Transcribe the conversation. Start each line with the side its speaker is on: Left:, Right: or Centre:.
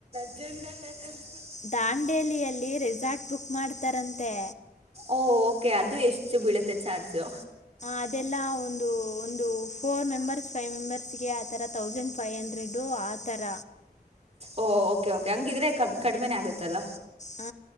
Right: <unintelligible>
Left: ದಾಂಡೇಲಿಯಲ್ಲಿ ರೆಸಾರ್ಟ್ ಬುಕ್ ಮಾಡ್ತಾರಂತೆ
Right: ಓ ಕೆ ಅದು ಎಷ್ಟು ಬೀಳುತ್ತೆ ಚಾರ್ಜು
Left: ಅದೆಲ್ಲ ಒಂದು ಒಂದು ಫೋರ್ ಮೆಂಬರ್ಸ್ ಫೈವ್ ಮೆಂಬರ್ಸ್ಗೆ ಆಥರ ತೌಸಂಡ್ ಫೈವ್ ಹಂಡ್ರೆಡು ಆ ಥರ
Right: ಓ ಓಕೆ ಓಕೆ ಹಂಗಿದ್ರೆ ಕಡಿಮೆನೆ ಆಗುತ್ತಲ್ಲ
Left: ಹ